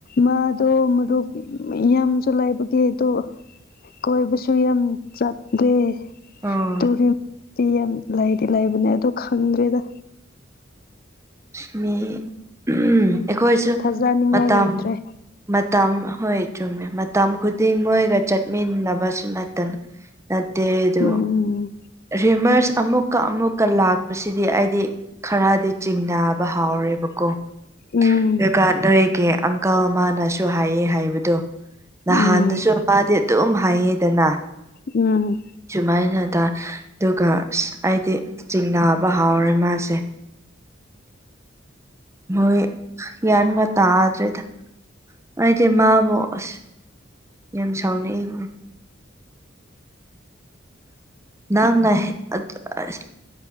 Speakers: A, on the left (about 50°); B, on the right (about 15°).
A: ꯃꯥꯗꯣ ꯃꯔꯨꯞ ꯃ ꯌꯥꯝꯁꯨ ꯂꯥꯏꯕꯒꯤ ꯑꯗꯣ ꯀꯣꯏꯕꯁꯨ ꯌꯥꯝ ꯆꯠꯗꯦ꯫
B: ꯑꯥ
A: ꯇꫭꯔꯦꯝ ꯗꯤ ꯌꯥꯝ ꯂꯩꯗꯤ ꯂꯩꯕꯅꯦ ꯑꯗꯣ ꯈꯪꯗ꯭ꯔꯦꯗ꯫
B: ꯑꯁ ꯃꯤ <unintelligible> ꯑꯩꯈꯣꯏꯁꯨ
A: ꯊꯥꯖꯅꯤꯡꯉꯥꯏ
B: ꯃꯇꯝ
A: ꯂꯩꯇ꯭ꯔꯦ
B: ꯃꯇꯝ ꯍꯣꯏ ꯆꯨꯝꯃꯦ ꯃꯇꯝ ꯈꯨꯗꯤꯡ ꯃꯣꯏꯒ ꯆꯠꯃꯤꯟꯅꯕꯁꯨ ꯅꯠꯇꯅ꯫ ꯅꯠꯇꯦ ꯑꯗꯨ
A: ꯎꯝ
B: ꯔꯤꯃꯔꯁ ꯑꯃꯨꯛꯀ-ꯑꯃꯨꯛꯀ ꯂꯥꯛꯄꯁꯤꯗꯤ ꯑꯩꯗꯤ ꯈꯔ ꯆꯤꯡꯅꯥꯕ ꯍꯥꯎꯔꯦꯕꯀꯣ꯫ <unintelligible>
A: ꯎꯝ
B: ꯗꯨꯒꯥ ꯅꯣꯏꯒꯤ ꯑꯪꯀꯜ ꯑꯃꯥꯅꯁꯨ ꯍꯥꯏꯌꯦ ꯍꯥꯏꯕꯗꯨ꯫ ꯅꯍꯥꯟꯗꯁꯨ
A: ꯎꯝ
B: ꯃꯥꯗꯤ ꯑꯗꯨꯝ ꯍꯥꯏꯌꯦꯗꯅ꯫
A: ꯎꯝ
B: ꯁꯨꯃꯥꯏꯅ ꯇ ꯑꯗꯨꯒ ꯑꯁ ꯑꯩꯗꯤ ꯆꯤꯡꯅꯥꯕ ꯍꯥꯎꯔꯦ ꯃꯥꯁꯦ꯫ ꯍꯣꯏ ꯒ꯭ꯌꯥꯟꯒ ꯇꯥꯗ꯭ꯔꯦꯗ꯫ ꯑꯩꯗꯤ ꯃꯥꯕꯨ ꯑꯁ ꯌꯥꯝ ꯁꯥꯎꯅꯤꯡꯉꯦꯅꯦ꯫ ꯅꯪꯅ ꯍꯦ ꯑꯗꯨ ꯑꯁ